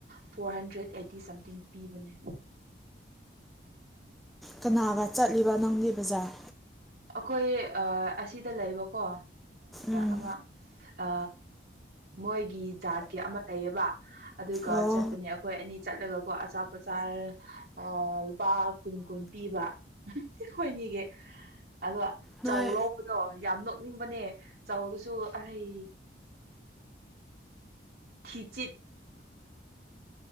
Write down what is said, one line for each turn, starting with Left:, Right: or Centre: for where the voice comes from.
Right: ꯐꯣꯔ ꯍꯟꯗ꯭ꯔꯦꯠ ꯑꯩꯠꯇꯤ ꯁꯝꯊꯤꯡ ꯄꯤꯕꯅꯦ
Centre: ꯀꯅꯥꯒ ꯆꯠꯂꯤꯕ ꯅꯪꯒꯤ ꯕꯖꯥꯔ
Right: ꯑꯩꯈꯣꯏ ꯑꯁꯤꯗ ꯂꯩꯕꯀꯣ
Centre: ꯎꯝ
Right: ꯑꯃ ꯑ ꯃꯣꯏꯒꯤꯥ ꯀ ꯑꯃ ꯂꯩꯌꯦꯕ ꯑꯗꯨꯒ
Centre: ꯑꯣ
Right: ꯆꯠꯄꯅꯦ ꯑꯩꯈꯣꯏ ꯑꯅꯤ ꯆꯠꯂꯒꯀꯣ ꯑꯆꯥꯄꯣꯆꯥꯔ ꯑ ꯂꯨꯄꯥ ꯀꯨꯟ ꯀꯨꯟ ꯄꯤꯕꯈꯣꯏꯅꯤꯒꯤ ꯑꯗꯣ
Centre: ꯅꯣꯏ
Right: ꯆꯧ ꯂꯧꯕꯗꯣ ꯌꯥꯝ ꯅꯣꯛꯅꯤꯡꯕꯅꯦ ꯆꯧꯗꯨꯁꯨ ꯑꯔꯩ ꯊꯤꯆꯦ